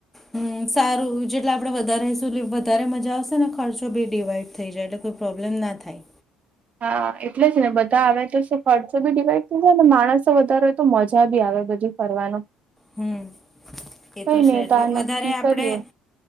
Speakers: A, in the centre; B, on the right.
A: હમ સારું જેટલે આપણે વધારે <unintelligible> વધારે મજા આવશે ને ખર્ચો બી ડીવાઈડ થઈ જાય એટલે કોઈ પ્રોબ્લેમ ના થાય.
B: હા એટલે જ ને બધા આવે તો ખર્ચો બી ડીવાઈડ થઈ જાય માણસો વધારે હોય તો મજા બી આવે બધી ફરવાનું
A: હમ એ
B: કઈ
A: છે
B: નહી
A: એટલે
B: તો આ
A: વધારે
B: નક્કી
A: આપણે
B: કરીએ